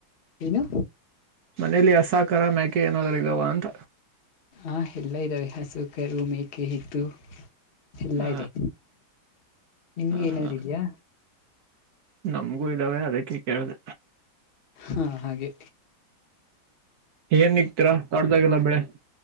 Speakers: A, on the left; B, on the right.
A: ಏನು.
B: ಮನೇಲಿ ಹಸಾಕರ ಮ್ಯಾಕೆ ಏನಾದ್ೂ ಇದಾವ ಅಂತ.
A: ಆ ಎಲ್ಲ ಇದ್ದಾವೆ ಹಸು ಕೆರುವು ಮೇಕೆ ಇತ್ತು. ಎಲ್ಲಾ
B: ಹ
A: ಇದೆ. ನಿಮ್ಗೆ
B: ಹ
A: ಏನಾದ್ೂ
B: ಹಾ
A: ಇದ್ಯಾಾ.
B: ನಮ್ಗೂ ಇದಾವೆ ಅದಕ್ಕೆ ಕೇಳ್ದ.
A: ಹಾ ಹಾಗೆ.
B: ಏನ್ ಇಗ್ತೀರಾ ತೊಡ್ದಾಗಲ್ಲ ಬೆಳೆ.